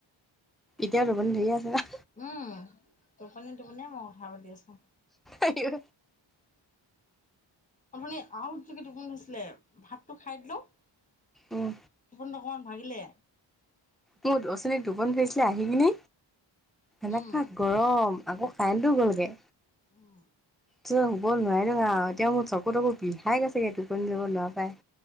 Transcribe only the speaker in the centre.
এতিয়াও টোপনি ধৰিয়ে আছে না
আইও
উম
মোৰ অঠনি টোপনি ধৰিছিলে আহি কিনি এনেকা
গৰম আকৌ কাইনটো গলগে
শুব নোৱাৰিলোঙা এতিয়া মোৰ চকু তকু বিষাই গৈছেগে টোপনি যাব নোৱা পাই